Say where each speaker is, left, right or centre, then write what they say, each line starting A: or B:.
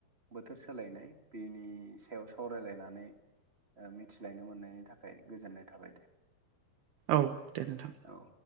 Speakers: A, on the right; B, on the right.
A: बोथोर सोलायनाय बेनि सायाव सावरायलायनानै ओ मिथिलायनो मोननायनि थाखाय गोजोननाय थाबाय दे।
B: औ दे नोंथां
A: औ